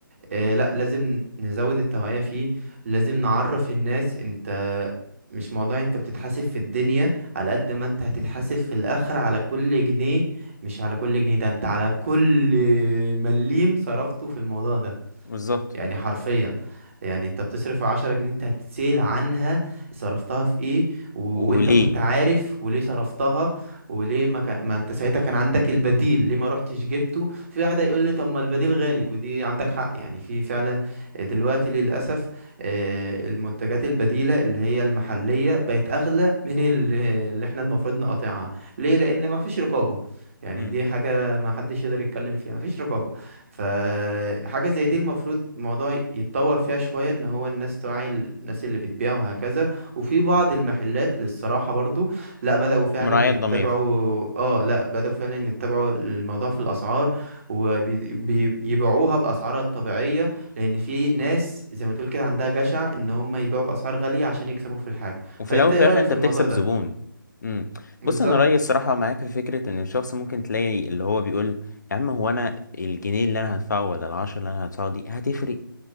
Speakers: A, on the right; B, on the left.
A: آه، لا لازم نزود التوعية فيه لازم نعرف الناس انت مش موضوع انت بتتحاسب في الدنيا على قد ما انت هتتحاسب في الاخر على كل جنيه مش على كل جنيه ده انت على كل مليم صرفته في الموضوع ده
B: بالظبط
A: يعني حرفيا يعني انت بتصرف عشرة جنيه انت هتتسأل عنها صرفتها في ايه و... وانت
B: وليه
A: كنت عارف وليه صرفتها وليه ما, كان... ما انت ساعتها كان عندك البديل ليه ما رحتش جبته في واحد هيقول لي طب ما البديل غالي ودي عندك حق يعني في فعلا آه، دلوقتي للأسف آه، المنتجات البديلة اللي هي المحلية بقت أغلى من ال- اللي احنا المفروض نقاطعها ليه لأن ما فيش رقابة يعني
B: مم.
A: دي حاجة ما حدش يقدر يتكلم فيها ما فيش رقابة فحاجة زي دي المفروض الموضوع يتطور فيها شوية ان هو الناس توعي الناس اللي بتبيع وهكذا وفي بعض المحلات للصراحة برضو لا بدأوا فعلا
B: مراعية
A: يتبعوا
B: ضمير
A: اه لا بدأوا فعلا يتبعوا الموضوع في الأسعار وبيبيعوها بأسعارها الطبيعية لأن في ناس زي ما تقول كده عندها جشع ان هم يبيعوا بأسعار غالية عشان يكسبوا في الحاجة
B: وفي
A: فأنت
B: الاول وفي
A: ايه
B: الاخر
A: رأيك
B: انت
A: في الموضوع
B: بتكسب
A: ده؟
B: زبون مم.
A: بالظبط
B: بص انا رايي الصراحه معاك في فكره ان الشخص ممكن تلاقي اللي هو بيقول يا عم هو انا الجنيه اللي انا هدفعه ولا العشرة اللي انا هدفعه دي هتفرق